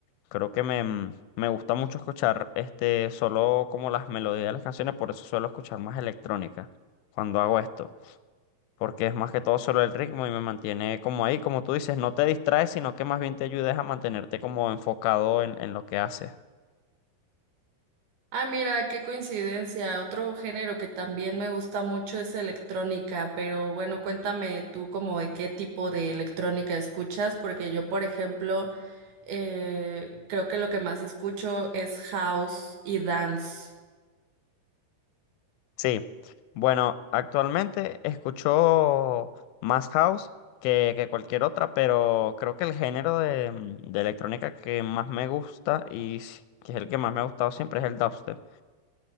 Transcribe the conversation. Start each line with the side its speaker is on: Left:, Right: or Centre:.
Left: creo que me, mm, me gusta mucho escuchar este, solo como las melodías de las canciones, por eso suelo escuchar más electrónica cuando hago esto. porque es más que todo solo el ritmo y me mantiene como ahí, como tú dices, no te distraes, sino que más bien te ayudes a mantenerte como enfocado en, en lo que haces.
Right: Ah, mira, qué coincidencia. Otro género que también me gusta mucho es electrónica, pero bueno, cuéntame tú como de qué tipo de electrónica escuchas, porque yo, por ejemplo, eh, creo que lo que más escucho es house y dance.
Left: Sí, bueno, actualmente escucho más house que, que cualquier otra, pero creo que el género de, mm, de electrónica que más me gusta y s- que es el que más me ha gustado siempre es el dubstep.